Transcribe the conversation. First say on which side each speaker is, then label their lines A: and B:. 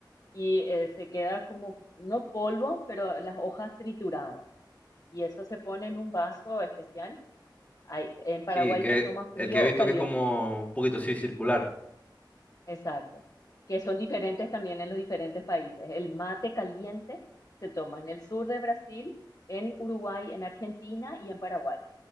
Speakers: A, on the left; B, on the left.
A: y eh, se queda como, no polvo, pero las hojas trituradas. Y eso se pone en un vaso especial. Hay- en Paraguay
B: Sí, que
A: se toma frío
B: el que he visto
A: o caliente.
B: que es como un poquito así circular.
A: Exacto, que son diferentes también en los diferentes países. El mate caliente se toma en el sur de Brasil, en Uruguay, en Argentina y en Paraguay.